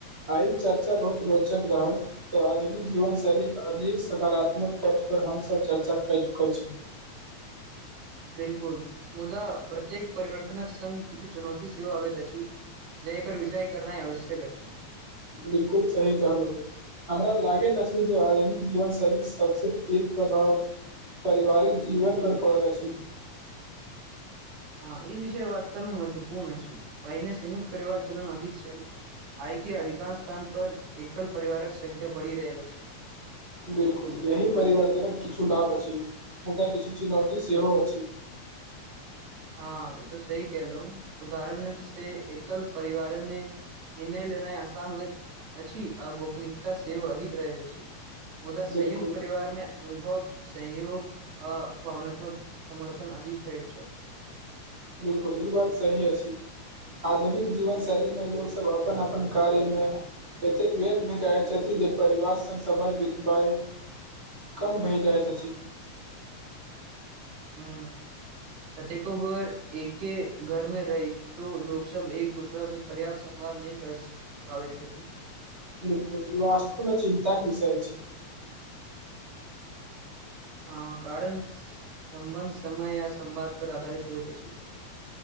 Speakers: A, on the right; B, on the right.
A: आइ चर्चा बहुत रोचक रहल तऽ आधुनिक जीवन शैलीक के अनेक सकारात्मक पक्ष पर हमसभ चर्चा कर चुकल छी।
B: बिलकुल। मुदा प्रत्येक। परिवर्तनक संग किछु चुनौती सेहो आबैत अछि जहि पर विचार करनाइ आवश्यक अछि।
A: बिलकुल सही कहलौ हमरा लागैत अछि जे आधुनिक जीवन शैलीक सबस पैघ प्रभाव पारिवारिक जीवन पर पड़ल अछि।
B: हँ ई विषय वास्तव मे महत्वपूर्ण अईछ। पहिने संयुक्त परिवार चलन अधिक छैल आय के अधिकांश स्थान पर एकल्प। परिवारक संख्य बढ़ि रहल अछि।
A: बिलकुल एहिह परिवर्तनक किछु लाभ अछि मुदा किछु चुनौती सेहो अछि।
B: हँ ई तो सही कलहु उदाहरण से एकल परिवार मे निर्णय लेनाइ आसान होइत अछि आ गोपनीयता सेहो अधिक रहैत अछि। मुदा संयुक्त
A: बिलकुल
B: परिवार मे अनुभव। संयोग अ भावनात्मक समर्थन अधिक भेट छै।
A: बिलकुल ई बात सही अछि आधुनिक जीवन शैलीमे लोकसभ अपन अपन कार्यमे एतेक व्यस्त भे चाहैत छथि जे परिवार सङ्ग समय बितबई कम भए जाइत अछि।
B: ह कतेको बेर एके घर मे रही तो लोक सब एक दोसरा से पर्याप्त संवाद नहि कर पाबै छथि।
A: बिलकुल ई वस्तमे चिन्ताक विषय छै।
B: हँ कारण संबन समय। <unintelligible> संवाद पर आधारित होइत अछि।